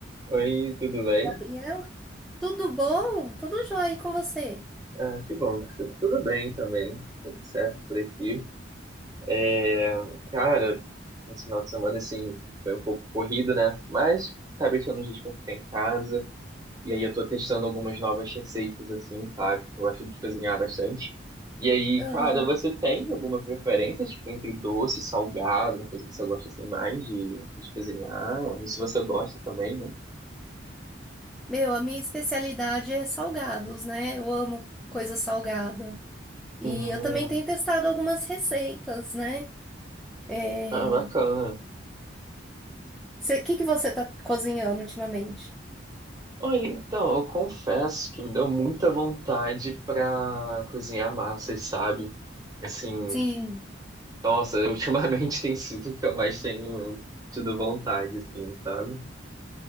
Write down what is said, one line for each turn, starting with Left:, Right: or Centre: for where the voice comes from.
Right: Oi, tudo bem?
Centre: Gabriel, tudo bom? Tudo jóia e com você?
Right: Ah, que bom, porque você tá tudo bem também, tudo certo por aqui. É, cara, esse final de semana, assim, foi um pouco corrido, né? Mas acabei tirando um dia pra ficar em casa, e aí eu tô testando algumas novas receitas, assim, sabe? Eu gosto de cozinhar bastante. E aí,
Centre: Aham.
Right: cara, você tem alguma preferência, tipo, entre doce e salgado, uma coisa que você gosta, assim, mais de, de cozinhar? Ou se você gosta também, né?
Centre: Meu, a minha especialidade é salgados, né? Eu amo coisa salgada. E
Right: Hum,
Centre: eu também tenho testado algumas receitas, né? É...
Right: ah, bacana.
Centre: O que que você tá cozinhando ultimamente?
Right: Olha, então, eu confesso que me deu muita vontade pra cozinhar massas, sabe? Assim,
Centre: Sim.
Right: nossa, <laughs> ultimamente tem sido o que eu mais tenho tido vontade, assim, sabe?